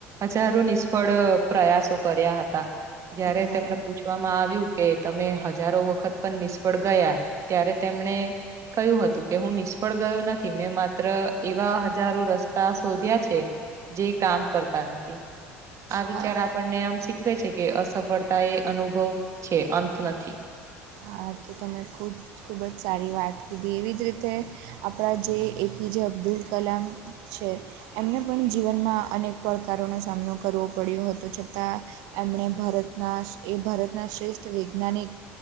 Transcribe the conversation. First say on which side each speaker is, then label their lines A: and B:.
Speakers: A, on the right (about 45°); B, on the right (about 70°).
A: હજારો નિષ્ફળ પ્રયાસો કર્યા હતા જયારે
B: હા
A: તને પૂછ વામાં આવ્યું કે તમે હજારો વખત પણ નિષ્ફળ ગયા ત્યારે તેમને કયું હતું કે હું નિષ્ફળ ગયો નથી મેં માત્ર એવા હજારો રસ્તા શોધ્યા છે. જે કામ કરતા નથી આ વિચાર
B: હા
A: આપણને આમ શીખવે છે કે અસફળતા એ અનુભવ છે, અંત નથી.
B: હા તો તમે ખૂબ ખૂબ જ સારી વાત કીધી એવી જ રીતે આપણા જે એપીજ અબ્દુલ કલામ છે. એમને પણ જીવનમાં અનેક પડકારોનો સામનો કરવો પડ્યો હતો છતા એમણે ભારતના એ ભારતના શ્રેષ્ઠ વૈજ્ઞાનિક